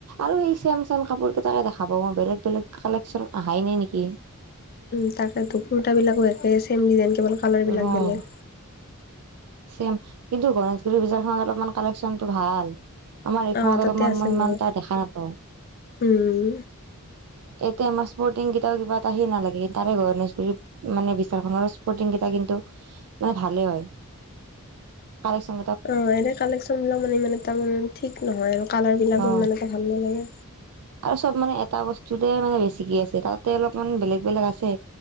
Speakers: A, on the right; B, on the left.
A: আৰু সেই চেম চেম কাপোৰ কেইটাকে দেখা পাওঁ মই বেলেগ বেলেগ কালেকশ্যন আহাই নাই নেকি।
B: উম, তাকেতে কুৰ্তাবলাকো একে চেম ডিজাইন কেৱল। কালাৰ বিলাক
A: উম।
B: বেলেগ।
A: চেম। কিন্তু গণেশগুৰিৰ বিশালখনত অলপমান কালেক্যনটো ভাল। আমাৰ এইখনত
B: অ তাতে
A: অলপমানতত মান
B: আছে
A: মই সিমান
B: বহুত
A: এটা দেখা নাপাওঁ।
B: উম।
A: এতিয়া আমাৰ স্পৰ্টিং কিতটাও কিবা ত আহে নালাগে তাৰে গণেশগুৰিত মানে বিশালখনৰ স্পৰ্টিং কেইটা কিন্তু মানে ভালে হয়। কালেকশন
B: অ', এনে কালেক্যনবিলাক মানে ইমান এটা মানে ঠিক নহয় আৰু কালাৰবিলাকো
A: অ
B: ইমান এটা ভাল নালাগে।
A: আৰু চব মানে এটা বস্তুতে মানে বেছিকে আছে তাতে অলপমান বেলেগ বেলেগ আছে।